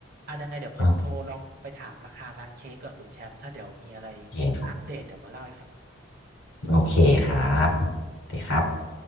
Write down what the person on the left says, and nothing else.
อ่าโอเค
โอเคครับดีครับ